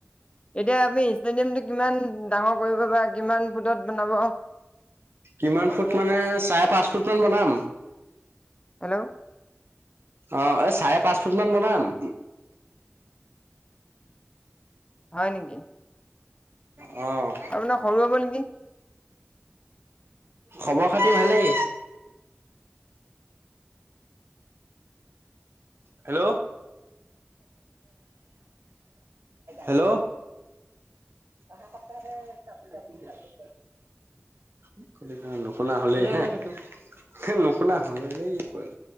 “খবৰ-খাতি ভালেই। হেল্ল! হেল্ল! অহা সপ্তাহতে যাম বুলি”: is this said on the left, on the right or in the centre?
Right